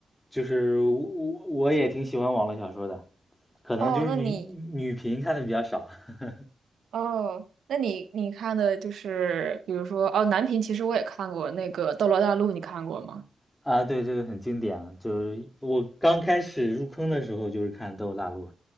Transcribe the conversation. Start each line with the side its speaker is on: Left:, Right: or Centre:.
Left: 就是我我我也挺喜欢网络小说的，可能就是女女频看的比较少。
Right: 哦，那你，
Left: <laughs>
Right: 哦，那你你看的就是，比如说，哦，男频其实我也看过那个《斗罗大陆》，你看过吗？
Left: 啊，对，这个很经典了，就是我刚开始入坑的时候就是看《斗罗大陆》。